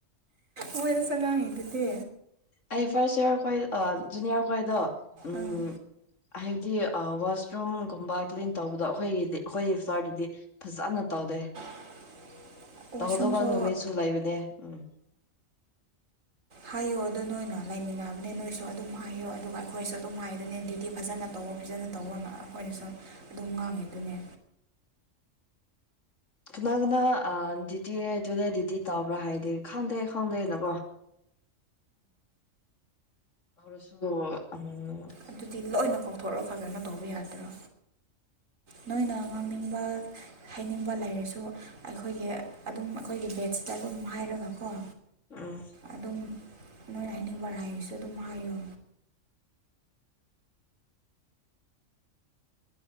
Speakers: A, on the right; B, on the left.
A: ꯃꯣꯏꯗꯁꯨ ꯉꯥꯡꯉꯤ ꯗꯨꯗꯤ
B: ꯑꯩ ꯐꯥꯔꯁ ꯏꯌ꯭ꯔ ꯑꯩꯈꯣꯏ ꯖꯨꯅꯤꯌꯥꯔ ꯈꯣꯏꯗꯣ ꯎꯝ
A: ꯑꯥ
B: ꯍꯥꯏꯗꯤ ꯋꯥꯁꯔꯨꯝꯒꯨꯝꯕ ꯀ꯭ꯂꯤꯟ ꯇꯧꯕꯗꯣ ꯑꯩꯈꯣꯏꯒꯤꯗꯤ ꯑꯩꯈꯣꯏꯒꯤ ꯐ꯭ꯂꯣꯔꯗꯗꯤ꯫ ꯐꯖꯅ ꯇꯧꯗꯦ
A: <inaudible> ꯋꯥꯁꯔꯨꯝꯁꯨ
B: ꯇꯧꯗꯕ ꯅꯨꯃꯤꯠꯁꯨ ꯂꯩꯕꯅꯦ ꯎꯝ
A: ꯍꯥꯏꯌꯣ ꯑꯗꯨ ꯅꯣꯏꯅ ꯂꯩꯃꯤꯟꯅꯕꯅꯦ ꯅꯣꯏꯁꯨ ꯑꯗꯨꯝ ꯍꯥꯏꯌꯣ ꯑꯗꯨꯒ ꯑꯩꯈꯣꯏꯁꯨ ꯑꯗꯨꯝ ꯍꯥꯏꯗꯨꯅꯦ ꯗ꯭ꯌꯨꯇꯤ ꯐꯖꯅ ꯇꯧ ꯐꯖꯅ ꯇꯧꯑꯣꯅ ꯑꯩꯈꯣꯏꯗꯁꯨ ꯑꯗꯨꯝ ꯉꯥꯡꯉꯤꯗꯨꯅꯦ
B: ꯀꯅꯥꯒꯅ ꯗꯨꯇꯤ ꯑꯗꯨꯅꯦ ꯗꯨꯇꯤ ꯇꯕ꯭ꯔꯥ ꯍꯥꯏꯗꯤ ꯈꯪꯗꯦ ꯈꯪꯗꯦ ꯅꯀꯣ <unintelligible>
A: ꯑꯗꯨꯗꯤ ꯂꯣꯏꯅ ꯀꯥꯎꯊꯣꯛꯑ ꯐꯖꯅ ꯇꯧꯕ ꯌꯥꯗ꯭ꯔꯣ ꯅꯣꯏꯅ ꯉꯥꯡꯅꯤꯡꯕ ꯍꯥꯏꯅꯤꯡꯕ ꯂꯩꯔꯁꯨ ꯑꯩꯈꯣꯏꯒꯤ ꯑꯗꯨꯝ ꯑꯩꯈꯣꯏꯒꯤ ꯕꯦꯠꯁꯇ ꯑꯗꯨꯝ ꯍꯥꯏꯔꯒꯀꯣ
B: ꯎꯝ
A: ꯑꯗꯨꯝ ꯅꯣꯏꯅ ꯍꯥꯏꯅꯤꯡꯕ ꯍꯥꯏꯁꯨ ꯑꯗꯨꯝ ꯍꯥꯏꯌꯣ